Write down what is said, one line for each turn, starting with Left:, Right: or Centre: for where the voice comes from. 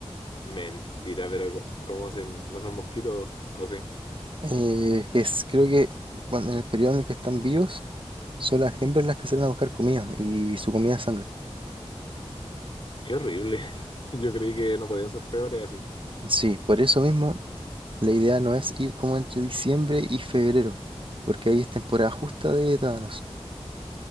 Left: Mentira, pero co- ¿cómo se, no son mosquitos? ¿O sí?
Right: Eh, que es, creo que cuando en el periodo en el que están vivos, son las hembras las que salen a buscar comida y su comida es sangre.
Left: Qué horrible. <laughs> Yo creí que no podían ser peores así.
Right: Sí, por eso mismo la idea no es ir como entre diciembre y febrero, porque ahí es temporada justa de tábanos.